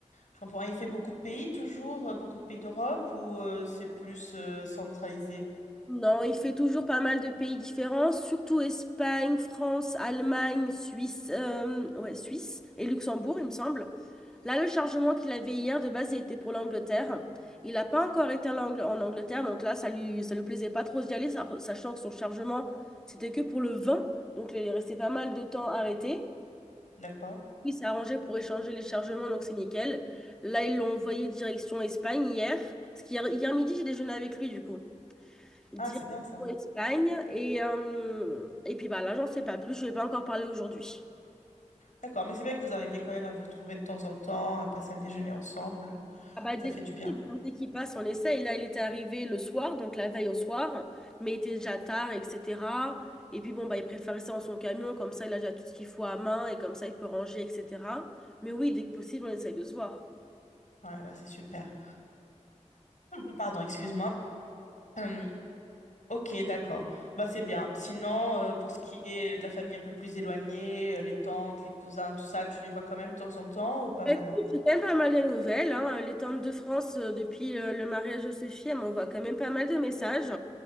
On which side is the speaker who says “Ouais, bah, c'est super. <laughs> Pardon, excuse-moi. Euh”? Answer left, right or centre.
Left